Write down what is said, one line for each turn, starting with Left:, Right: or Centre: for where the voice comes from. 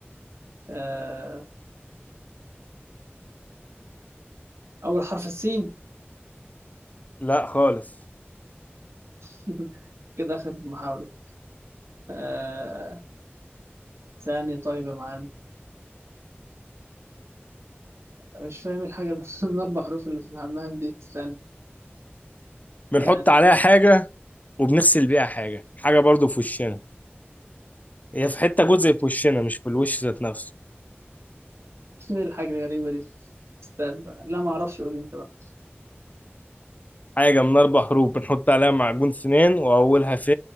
Right: آه اول حرف السين
Left: لا خالص
Right: <laughs> كده اخر محاولة آه ثاني طيب يا معلم أنا مش فاهم الحاجة اللي <laughs> من أربع حروف اللي في الحمام دي استنى
Left: بنحط
Right: يعني
Left: عليها حاجة وبنغسل بيها حاجة حاجة برضو في وشنا هي في حتة جزء في وشنا مش في الوش ذات نفسه
Right: شنو الحاجة الغريبة دي استنى بقى. لا ما أعرفش قول أنت بقى
Left: حاجة من أربع حروف بنحط عليها معجون سنان وأولها ف